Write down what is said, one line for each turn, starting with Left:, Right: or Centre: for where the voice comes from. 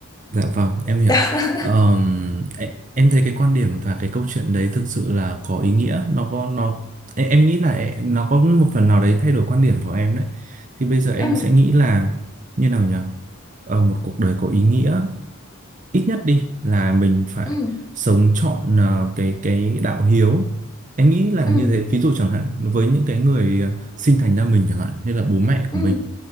Right: Dạ vâng, em hiểu.
Left: Đó. <laughs>
Right: Ờm, e- em thấy cái quan điểm và cái câu chuyện đấy thực sự là có ý nghĩa. Nó có nó e- em nghĩ là e- nó có một phần nào đấy thay đổi quan điểm của em đấy. Thì bây giờ em
Left: Ừ,
Right: sẽ nghĩ là như nào nhỉ? Ờ, một cuộc đời có ý nghĩa ít nhất đi là mình phải
Left: ừ,
Right: sống trọn ờ, cái cái đạo hiếu. Em nghĩ là
Left: ừ,
Right: như thế. Ví dụ chẳng hạn với những cái người ờ, sinh thành ra mình chẳng hạn như là bố mẹ
Left: ừ,
Right: của mình